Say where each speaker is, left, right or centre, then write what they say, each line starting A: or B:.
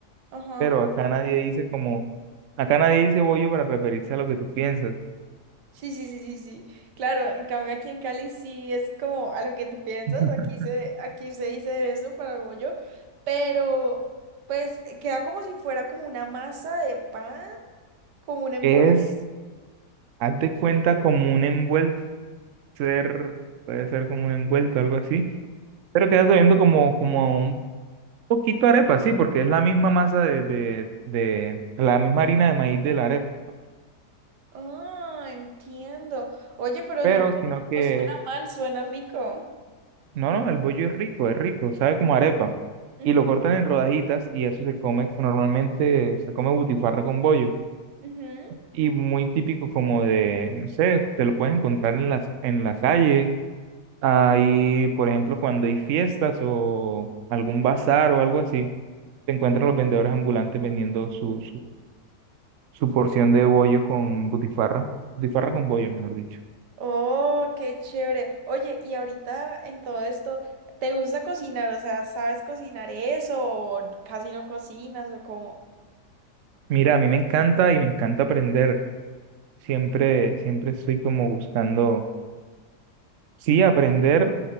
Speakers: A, on the right; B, on the right.
A: Ajá.
B: pero acá nadie dice como, acá nadie dice bollo para referirse a lo que tú piensas.
A: Sí, sí, sí, sí, sí. Claro, en cambio aquí en Cali sí es como a lo que tú piensas,
B: <laughs>
A: aquí se, aquí se dice eso para bollo, pero pues eh, queda como si fuera como una masa de pan, como un envuelto.
B: Es, haz de cuenta, como un envuelto ser, puede ser como un envuelto, algo así, pero queda sabiendo como, como a un poquito arepa, sí, porque es la misma masa de, de, de, la misma harina de maíz de la arepa,
A: Ah, entiendo. Oye, pero
B: pero
A: no suena,
B: sino que,
A: no suena mal, suena rico.
B: no, no, el bollo es rico, es rico, sabe como arepa,
A: Ujú,
B: y lo cortan en rodajitas y eso se come, normalmente se come butifarra con bollo,
A: ujú.
B: y muy típico como de, no sé, te lo puedes encontrar en las, en la calle, ahí, por ejemplo, cuando hay fiestas o algún bazar o algo así. se encuentran los vendedores ambulantes vendiendo su, su, su porción de bollo con butifarra, butifarra con bollo, mejor dicho.
A: Oh, qué chévere. Oye, y ahorita en todo esto, ¿te gusta cocinar? O sea, ¿sabes cocinar eso o casi no cocinas o cómo?
B: Mira, a mí me encanta y me encanta aprender. Siempre, siempre estoy como buscando, sí, aprender